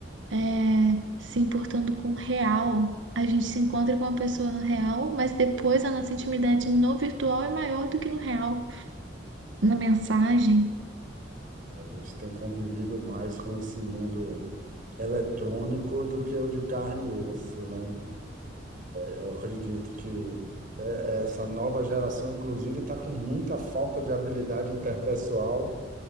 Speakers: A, on the right (about 90°); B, on the right (about 45°).
A: é, se importando com o real. A gente se encontra com a pessoa no real, mas depois a nossa intimidade no virtual é maior do que no real, na mensagem.
B: A gente tem convivido mais com esse mundo eletrônico do que o de carne e osso, né? Eu acredito que essa nova geração, inclusive, está com muita falta de habilidade interpessoal